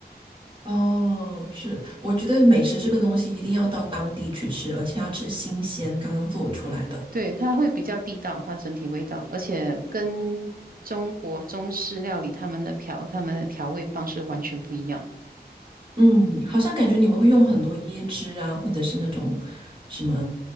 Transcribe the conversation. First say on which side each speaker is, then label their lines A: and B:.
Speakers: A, on the right (about 30°); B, on the right (about 60°).
A: 哦，是，我觉得美食这个东西一定要到当地去吃，而且要吃新鲜，刚刚做出来的。
B: 对，它会比较地道，它整体味道，而且跟中国中式料理他们的调他们的调味方式完全不一样。
A: 嗯，好像感觉你们会用很多椰汁啊，或者是那种什么，